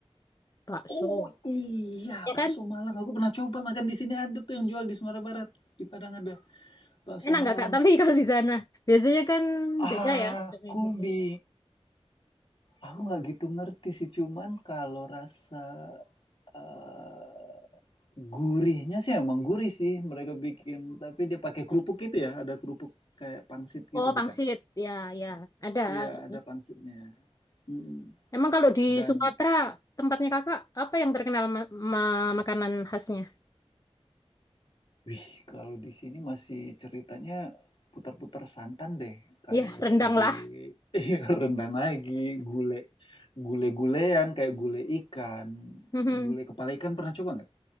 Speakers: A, on the left (about 35°); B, on the left (about 55°).
A: Bakso.
B: Oh iya,
A: Ya
B: bakso
A: kan?
B: Malang. Aku pernah coba makan di sini ada tuh yang jual di Sumatera Barat. Di Padang ada bakso
A: Enak
B: Malang.
A: nggak, Kak? Tapi <laughs> kalau di sana. Biasanya kan
B: Aku
A: beda ya sama yang di sini.
B: bi, aku nggak gitu ngerti sih. Cuman kalau rasa eh, gurihnya sih emang gurih sih mereka bikin. Tapi dia pakai kerupuk gitu ya. Ada kerupuk kayak pangsit
A: Oh,
B: gitu
A: pangsit.
B: bukan?
A: Ya, ya. Ada,
B: Iya,
A: ada.
B: ada pangsitnya. Mm.
A: Emang kalau di
B: Dan
A: Sumatera, tempatnya kakak, apa yang terkenal ma- ma- makanan khasnya?
B: Wih, kalau di sini masih ceritanya putar-putar santan deh, kayak
A: Ya, rendang
B: gule
A: lah.
B: <laughs> iya rendang lagi, gule gule gulean kayak gule ikan,
A: Mhm.
B: gule kepala ikan pernah coba nggak?